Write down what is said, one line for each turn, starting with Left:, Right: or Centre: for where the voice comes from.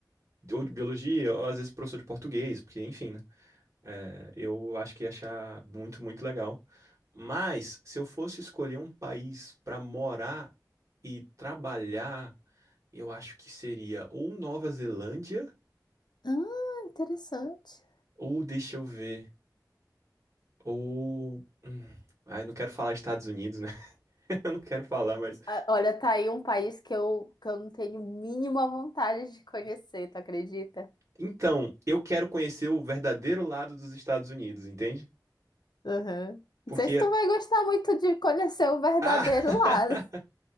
Right: ou de biologia, ou às vezes professor de português, porque, enfim, né? É, eu acho que ia achar muito, muito legal. Mas, se eu fosse escolher um país pra morar e trabalhar. Eu acho que seria ou Nova Zelândia,
Left: Ah, interessante.
Right: ou deixa eu ver, ou. hum, Ah, eu não quero falar Estados Unidos, né? <laughs> Eu não quero falar, mas.
Left: Ah, Olha, tá aí um país que eu, que eu não tenho mínima vontade de conhecer, tu acredita?
Right: Então, eu quero conhecer o verdadeiro lado dos Estados Unidos, entende?
Left: Uhum.
Right: Porque.
Left: Não sei se tu vai gostar muito de conhecer o verdadeiro
Right: Ah!
Left: lado.
Right: <laughs>